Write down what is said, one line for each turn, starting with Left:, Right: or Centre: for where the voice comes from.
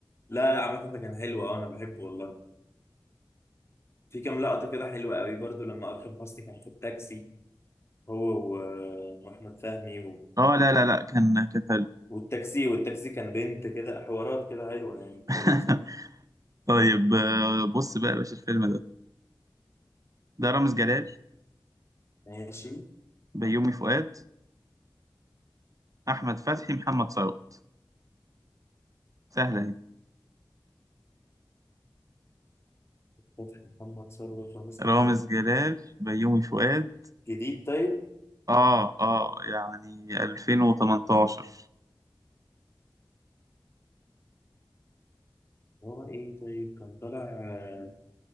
Left: لا لا، عامة ده كان حلو اه انا بحبه والله في كام لقطة كده حلوة قوي برضو لما اكرم حسني كان في التاكسي هو و... واحمد فهمي و...
Right: اه لا لا لا كان كان حلو
Left: والتاكسي والتاكسي كان بنت كده حوارات كده حلوة يعني
Right: <laughs>
Left: حلو بصراحة
Right: طيب آه، بص بقى يا باشا الفيلم ده ده رامز جلال
Left: ماشي
Right: بيومي فؤاد احمد فتحي محمد ثروت سهله اهي
Left: فتحي محمد ثروت رامز
Right: رامز
Left: جلال
Right: جلال بيومي فؤاد
Left: جديد طيب
Right: اه اه يعني 2018
Left: هو ايه طيب كان طالع آه،